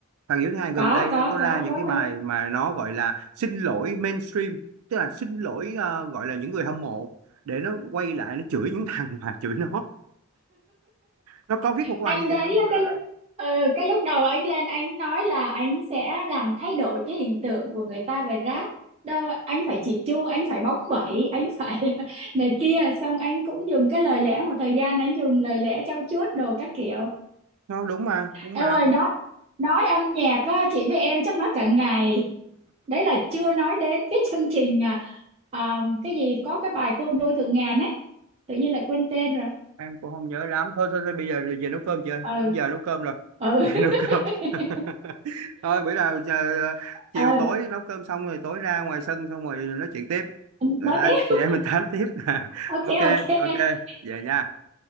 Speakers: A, on the right; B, on the right.
A: thằng Hiếu thứ hai gần
B: có
A: đây
B: có
A: nó có ra
B: có
A: những
B: có
A: cái bài
B: thấy
A: mà nó gọi là xin lỗi mainstream tức là xin lỗi ờ, gọi là những người hâm mộ để nó quay lại nó chửi những <laughs> thằng mà chửi nó nó có viết một cái
B: anh
A: bài như
B: đấy
A: vậy luôn
B: á,
A: mà
B: cái lu- ừ, cái lúc đầu anh lên anh nói là anh sẽ làm thay đổi cái hình tượng của người ta về rác đó anh phải chỉ chu anh phải bóng bẩy anh phải <laughs> này kia xong anh cũng dùng cái lời lẽ một thời gian anh dùng lời lẽ trau chuốt đồ các kiểu
A: nó đúng mà đúng
B: em
A: mà
B: ơi nói nói âm nhạc á, chị với em chắc nói cả ngày đấy là chưa nói đến cái chương trình à, à, cái gì có cái bài Côn Đôi Thượng Ngàn ấy tự nhiên lại quên tên rồi
A: em cũng không nhớ lắm thôi thôi, thôi bây giờ về nấu cơm chị ơi
B: ừ
A: giờ nấu cơm rồi
B: ừ
A: <laughs> về nấu cơm
B: <laughs>
A: <laughs> thôi bữa nào giờ, ờ, chiều
B: ừ
A: tối nấu cơm xong rồi tối ra ngoài sân xong rồi nói chuyện tiếp Rồi
B: nói
A: anh
B: tiếp
A: chị em mình tám tiếp <laughs>
B: ok
A: ok
B: ok
A: ok về nha